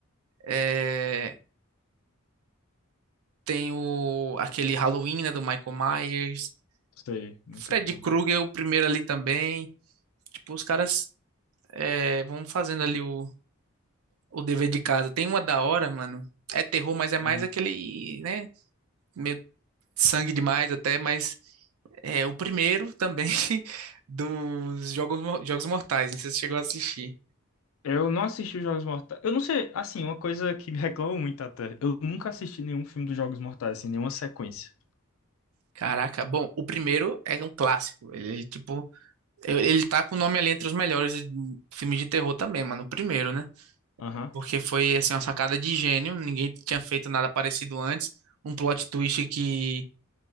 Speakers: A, on the right; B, on the left.
A: eh, Tem o, aquele Halloween, né, do Michael Myers.
B: Sei, muito
A: Fred
B: bom,
A: Krueger,
B: velho.
A: o primeiro ali também. Tipo, os caras é, vão fazendo ali o, o dever de casa. Tem uma da hora, mano. É terror, mas é mais
B: Ah,
A: aquele, né? Meio sangue demais até, mas é o primeiro também <laughs> dos Jogos, Mo- Jogos Mortais. Não sei se você chegou a assistir.
B: eu não assisti os Jogos Mortais. Eu não sei, assim, uma coisa que me reclamam muito até. Eu nunca assisti nenhum filme dos Jogos Mortais, assim, nenhuma sequência.
A: Caraca, bom, o primeiro é um clássico. Ele, ele, tipo, ele ele tá com o nome ali entre os melhores filmes de terror também, mano. O primeiro, né?
B: Aham.
A: porque foi assim uma sacada de gênio, ninguém tinha feito nada parecido antes, um plot twist que